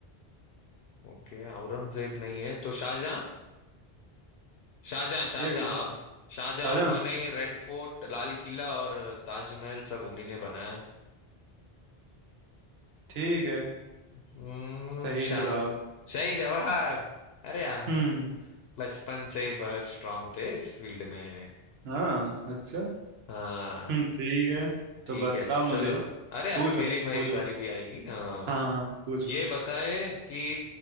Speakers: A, on the left; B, on the right.
A: ओके औरंगजेब नहीं है तो शाहजहां शाहजहां शाहजहां
B: देख लो
A: शाहजहां
B: शाहजहां
A: उन्होंने ही रेड फोर्ट लाल किला और ताजमहल सब उन्हीं ने बनाया
B: ठीक है
A: हम्म,
B: सही
A: शाह
B: जवाब
A: सही जवाब अरे हम
B: हम्म
A: बचपन से ही बहुत स्ट्रांग थे इस फील्ड में
B: हाँ अच्छा
A: हाँ
B: हम्म ठीक है
A: ठीक
B: तो बताओ
A: है
B: मुझे
A: चलो अरे अभी
B: पूछो
A: मेरी मेरी
B: पूछो
A: बारी भी आएगी हाँ
B: हाँ पूछो
A: ये बताए कि